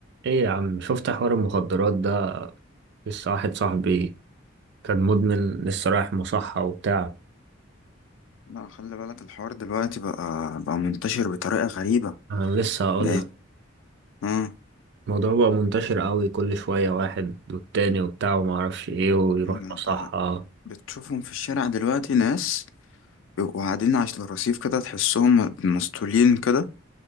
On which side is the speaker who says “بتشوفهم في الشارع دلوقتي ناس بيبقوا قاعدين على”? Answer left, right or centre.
Left